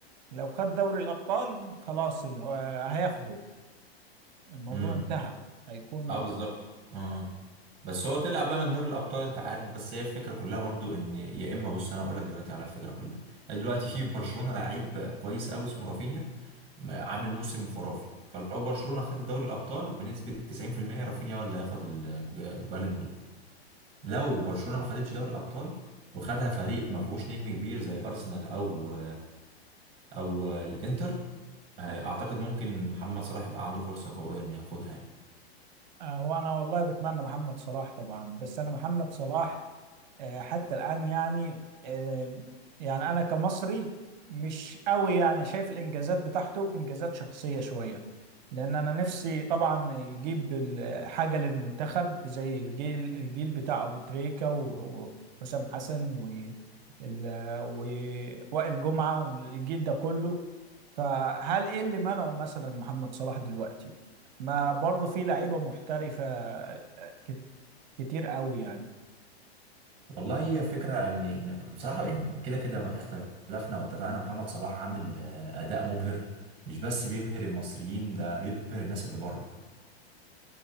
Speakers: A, on the right; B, on the right.
A: لو خد دوري الابطال خلاص ال- هو هياخده الموضوع
B: جيرمان
A: انتهى هيكون
B: اه بالظبط اه آه. بس هو طلع بقى من دوري الابطال انت عارف بس هي الفكره كلها برضو ان يا اما بص انا اقول لك دلوقتي على الفكره كلها يعني دلوقتي في برشلونه لعيب كويس قوي اسمه رافينيا م- عامل موسم خرافي فلو برشلونه خد دوري الابطال بنسبه 90% رافينيا هو اللي هياخد البالون دور لو برشلونه ما خدتش دوري الابطال وخدها فريق ما فيهوش نجم كبير زي ارسنال او او الانتر آه، اعتقد ممكن محمد صلاح يبقى عنده فرصه قويه انه ياخدها يعني.
A: آه، هو انا والله بتمنى محمد صلاح طبعا بس انا محمد صلاح آه، حتى الآن يعني آه، يعني أنا كمصري مش قوي يعني شايف الإنجازات بتاعته إنجازات شخصية شوية لأن أنا نفسي طبعا يجيب ال- حاجة للمنتخب زي الجيل الجيل بتاع أبو تريكة و- وحسام حسن و ال- ووائل جمعة والجيل ده كله فهل إيه اللي منعه مثلا محمد صلاح دلوقتي؟ ما برضه في لعيبة محترفة آه، كت- كتير قوي يعني
B: والله هي فكرة ان إن بصراحة يعني كده كده ما اختلفنا واتفقنا محمد صلاح عامل آه، اداء مبهر مش بس بيبهر المصريين ده بيبهر الناس اللي بره